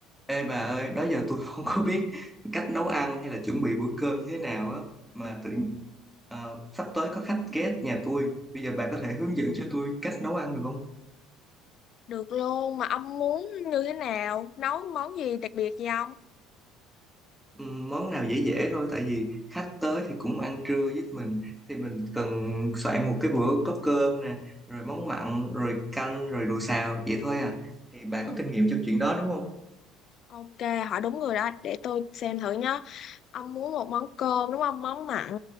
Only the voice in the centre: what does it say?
Ê bà ơi, đó giờ tôi <laughs> không có biết cách nấu ăn hay là chuẩn bị bữa cơm như thế nào á mà tự ờ, sắp tới có khách ghé nhà tôi. Bây giờ bà có thể hướng dẫn cho tôi cách nấu ăn được không?
Ừm, món nào dễ dễ thôi tại vì khách tới thì cũng ăn trưa với mình thì mình cần soạn một cái bữa có cơm nè, rồi món mặn, rồi canh, rồi đồ xào vậy thôi à. Thì bà
có kinh nghiệm trong chuyện đó đúng không?